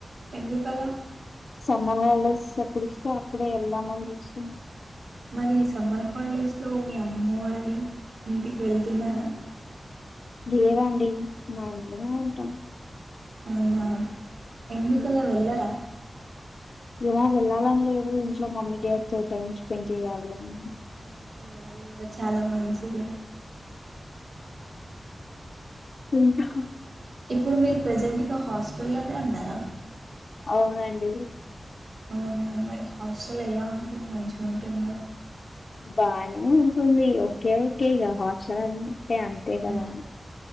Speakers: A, on the right (about 75°); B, on the left (about 65°).
A: ఎందుకలా?
B: సమ్మర్ హాలిడేస్ ఎప్పుడు ఇస్తే అప్పుడే ఎళ్దామని చూస్తున్నా.
A: మరి ఈ సమ్మర్ హాళిడేస్ లో మీ అమ్మోళ్లి ఇంటికి వెళ్తున్నారా?
B: లేదండి, మా ఇంట్లనే ఉంటాం.
A: అవునా ఎందుకలా
B: ఉమ్,
A: వెల్లరా?
B: ఏమో వెల్లాలని లేదు, ఇంట్లో మమ్మీ డాడీతో టైమ్ స్పెండ్ చేయాలి అనీ.
A: ఓకే అది గుడా చాలా మంచిది.
B: ఇంకాహ
A: ఇప్పుడు మీర ప్రజెంట్గా హాస్టల్లోనే ఉన్నారా
B: అవునండి
A: అవున మరి హాస్టల్ ఎలా ఉంటుంది మంచిగా ఉంటుంది
B: బాని తుంది ఓకె ఓకె హాస్టల్ అడి అంటే అంతే కదా
A: హ్మ్.
B: అండి